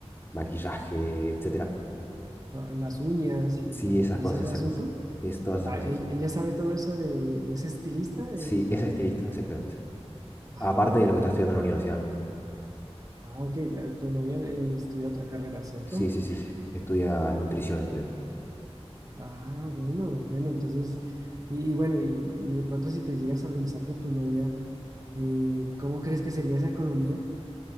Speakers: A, on the left; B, on the right.
A: maquillaje, etcétera.
B: ah, las uñas y
A: Sí, esas
B: todo
A: cosas,
B: ese
A: esas
B: asunto.
A: cosas. Es todas
B: Ah,
A: esas cosas.
B: e- ella sabe todo eso de, de- es estilista. de-
A: Sí, es estilista, exactamente.
B: ah,
A: Aparte
B: oh,
A: de lo que está estudiando en la universidad, ¿no?
B: ah, ok, eh, tu novia eh, estudia otra carrera, ¿cierto?
A: Sí, sí, sí, sí. Estudia nutrición, estudia.
B: Ah, bueno, bueno, entonces, y, y bueno, y, y de pronto si te llegas a organizar con tu novia, eh, ¿cómo crees que sería esa economía?